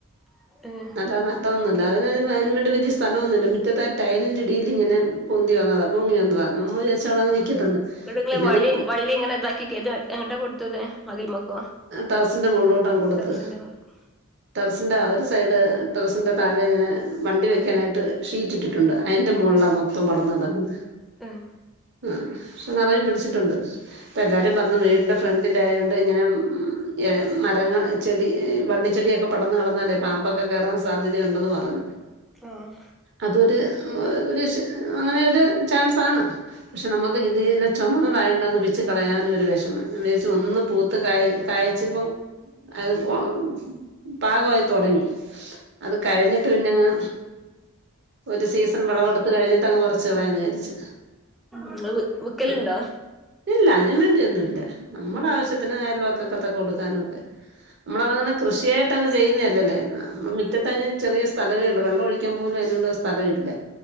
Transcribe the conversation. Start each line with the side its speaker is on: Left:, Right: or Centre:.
Centre: <unintelligible>
Right: നല്ല നട്ടഓന്നുല്ല അതിന് അയിന് വേണ്ടി വല്ല്യാ സ്ഥലന്നുമില്ല മിറ്റത്താ ടയിലിന്റെഡീലിങ്ങനെ പോന്തി വന്നതാ പൊങ്ങി വന്നതാ നമ്മ വിജാരിച്ച് അവിടെ അങ് നിക്കട്ടെന്ന്.
Centre: വീടുങ്ലെ
Right: പിന്നെ
Centre: വളി
Right: അങ്ങനെ
Centre: വള്ളിങ്ങനെ ഇതാക്കി കേത് എങ്ങട്ടാ കൊടുത്തത് മതിൽമക്കോ
Right: ടെറസിന്റെ മുകളിലോട്ടങ്ങ് കൊടുത്ത്
Centre: ടർസിന്റെ മേൽക്കോ
Right: ടെറസിന്റെ ഒരു സൈഡ് ടെറസിന്റെ താഴെങ്ങനെ വണ്ടി വെക്കാനായിട്ട് ഷീറ്റ് ഇട്ടിട്ടുണ്ട് അയിന്റെ മോളിലാ മൊത്തം പടന്ന് കടക്കുന്നത്
Centre: ഹും
Right: ഉം ക്ഷെ നറെ പിടിച്ചിട്ടുണ്ട് ഇപ്പല്ലാര് മുറ്റും പറഞ്ഞു വീടിൻ്റെ ഫ്രണ്ടിലായോണ്ട് ഇങ്ങനെ ഉം എ മരങ്ങ ചെടി വള്ളിച്ചെടിയൊക്കെ പടന്നു കടന്നാലേ പാമ്പൊക്കെ കയറാൻ സാധ്യതയുണ്ടന്ന് പറഞ്ഞു.
Centre: ആഹ്
Right: അതൊര് ഒരു അങ്ങനെ ഒരു ചാൻസാണ്. പക്ഷെ നമുക്ക് ഇതിലെ ചുമന്നതാണ്ടെങ് പിച്ചി കളയാനുംറ്റു ഒര് വെഷമംഞാവിജയിച്ചു ഒന്ന് പൂത്ത് കായിച്ചപ്പം അത് പോ പാകമായി തുടങ്ങി. അത് കഴിഞ്ഞിട്ട് പിന്നെങ്ങ് ഒരു സീസൺ വെളവെടുത്ത് കഴിഞ്ഞിട്ടങ്ങ് പറച്ച് കളയാന്ന് വിചാരിച്ചു
Centre: ഇങ്ങള് വി വിക്കലുണ്ടോ
Right: ഉം ഇല്ല അതിനും വേണ്ടി ഒന്നുല്ല നമ്മുടെ
Centre: ഉം
Right: ആവശ്യത്തിന് അയലോക്കത്ത കൊടുക്കാനും. നമ്മളതങ്ങനെ കൃഷിയായിട്ട്ങ് ചെയ്യുന്നതല്ലല്ലോമ്മ മറ്റത്തതി ചെറിയ സ്ഥ ഥലേ ഒള്ളൂ വെള്ളം ഒഴിക്കാൻ പോലും അതിനുള്ള സ്ഥല ഇല്ല